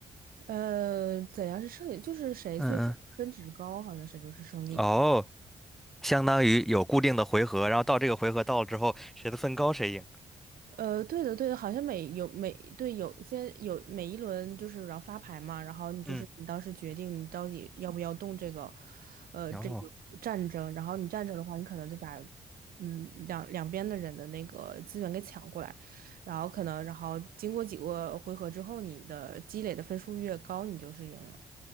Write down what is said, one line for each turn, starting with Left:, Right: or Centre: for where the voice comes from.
Right: 呃，怎样是胜利？就是谁最后分值高，
Centre: 嗯嗯，
Right: 好像谁就是胜利。
Centre: 哦，相当于有固定的回合，然后到这个回合到了之后，谁的分高谁赢。
Right: 呃，对的，对的，好像每有每对有一些有每一轮就是然后发牌嘛，然后你就是你当时决定你到底要不要动这个，
Centre: 嗯，
Right: 呃，
Centre: 哦
Right: 这个战争，然后你战争的话，你可能就把嗯两两边的人的那个资源给抢过来，然后可能然后经过几个回合之后，你的积累的分数越高，你就是赢了。